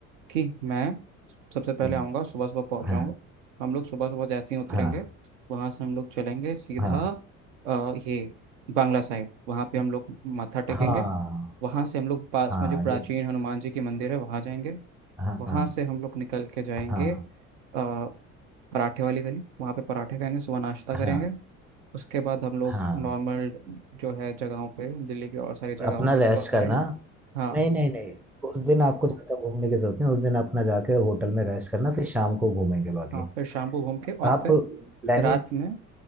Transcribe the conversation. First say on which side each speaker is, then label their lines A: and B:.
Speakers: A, on the right (about 65°); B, in the centre.
A: कि मैं सबसे पहले
B: जी,
A: आऊँगा सुबह सुबह पहुँच
B: हाँ
A: जाऊँगा हम लोग सुबह सुबह जैसे ही उतरेंगे
B: हाँ
A: वहाँ से हम लोग चलेंगे सीधा
B: हाँ
A: अ, ये बांग्ला साहिब वहाँ पे हम लोग माथा टेकेंगे
B: हाँ
A: वहाँ से हम लोग पास
B: हाँ
A: में जो प्राचीन
B: ये
A: हनुमान जी की मंदिर है वहाँ जाएंगे
B: हाँ
A: वहाँ
B: हाँ।
A: से हम लोग निकल के जाएंगे
B: हाँ
A: अ, पराठे वाली गली वहाँ पे पराठे खाएंगे सुबह नाश्ता
B: हाँ
A: करेंगे उसके बाद हम लोग
B: हाँ
A: नॉर्मल जो है जगहों पे दिल्ली की और सारी जगहों
B: अपना
A: को एक्सप्लोर
B: रेस्ट
A: करेंगे
B: करना
A: हाँ
B: नहीं नहीं नहीं उस दिन आपको ज्यादा घूमने की जरूरत नहीं उस दिन अपना जाके होटल में रेस्ट करना फिर शाम को घूमेंगे बाकी
A: हाँ फिर शाम को घूम के और
B: आप
A: फिर
B: प्लानिंग
A: रात में